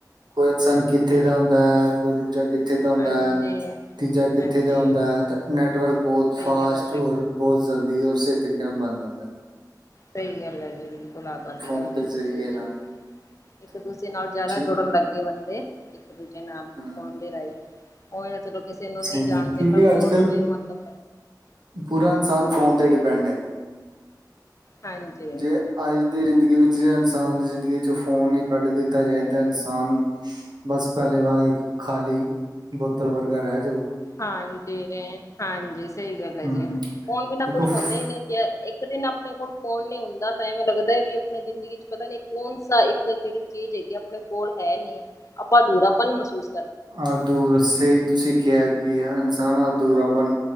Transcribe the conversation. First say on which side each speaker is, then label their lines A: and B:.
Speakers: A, on the right (about 75°); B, on the left (about 45°).
A: ਕੋਈ ਇਨਸਾਨ ਕਿੱਥੇ ਦਾ ਹੁੰਦਾ ਹੈ ਕੋਈ ਦੂਜਾ ਕਿੱਥੇ ਦਾ ਹੁੰਦਾ
B: ਹਾਂਜੀ
A: ਹੈ ਤੀਜਾ ਕਿੱਥੇ
B: ਹਾਂਜੀ
A: ਦਾ ਹੁੰਦਾ ਤਾਂ ਨੈੱਟਵਰਕ ਬਹੁਤ
B: ਸਹੀ
A: ਫਾਸਟ
B: ਗੱਲ ਹੈ ਜੀ
A: ਔਰ ਬਹੁਤ ਜਲਦੀ ਓਸੇ ਤਰੀਕੇ ਨਾਲ਼ ਬਣ ਜਾਂਦਾ ਐ
B: ਸਹੀ ਗੱਲ ਹੈ ਜੀ ਬਿਲਕੁਲ ਆ ਤੁਹਾਡੀ
A: ਫੋਨ
B: ਗੱਲ ਬਿਲਕੁਲ
A: ਦੇ ਜ਼ਰੀਏ
B: ਸਹੀ
A: ਨਾਲ
B: ਹੈ ਇੱਕ
A: ਤੇ
B: ਦੂਜੇ ਨਾਲ਼ ਜ਼ਿਆਦਾ
A: ਠੀਕ
B: ਜੁੜਨ ਲਾਗੇ ਬੰਦੇ ਇੱਕ ਦੂਜੇ ਨਾਲ
A: ਹਮ,
B: ਫ਼ੋਨ ਦੇ ਰਾਹੀਂ ਉਵੇ ਚਲੋ ਕਿਸੇ ਨੂੰ
A: ਸਹੀ
B: ਨਹੀਂ ਜਾਣਦੇ
A: ਹੈ ਕਿਉਂਕਿ
B: ਪਰ ਫੋਨ
A: ਅੱਜ ਕੱਲ
B: ਚ ਮਤਲਬ
A: ਪੂਰਾ ਇਨਸਾਨ ਫੋਨ ਤੇ ਡਿਪੈਂਡ ਏ
B: ਹਾਂਜੀ।
A: ਜੇ ਅੱਜ ਦੀ ਜਿੰਦਗੀ ਵਿੱਚ ਜੇ ਇਨ ਸਾਨ ਦੀ ਜ਼ਿੰਦਗੀ ਚੋਂ ਫੋਨ ਈ ਕੱਢ ਦਿੱਤਾ ਜਾਏ ਤਾਂ ਇਨਸਾਨ ਬਸ ਪੈਲੇ ਵਾਂਗ ਇੱਕ ਖਾਲੀ ਬੋਤਲ ਵਰਗਾ ਰੈਜੂ।
B: ਹਾਂਜੀ-ਹਾਂਜੀ ਸਈ ਗੱਲ ਏਜੀ।
A: ਹਮ
B: ਫੋਨ ਬਿਨਾਂ
A: ਦੇਖੋ
B: ਕੁਛ ਹੁੰਦਾ ਈ ਨੀਂ। ਇੱਕ ਦਿਨ ਅਪਨੇ ਕੋਲ ਫੋਨ ਨੀਂ ਹੁੰਦਾ ਤਾਂ ਐਵੇਂ ਲੱਗਦਾ ਵੀ ਅਪਨੀ ਜ਼ਿੰਦਗੀ ਚ ਪਤਾ ਨੀਂ ਕੌਣ ਸਾ ਇਕ ਜੇੜੀ ਚੀਜ ਹੈਗੀ ਅਪਨੇ ਕੋਲ ਹੈ ਨੀਂ, ਆਪਾਂ ਅਧੂਰਾਪਨ ਮਸੂਸ
A: ਆ ਦੂਰ ਸਈ ਤੁਸੀ ਕੇਆ ਕਿ ਇਨਸਾਨ ਅਧੂਰਾਪਣ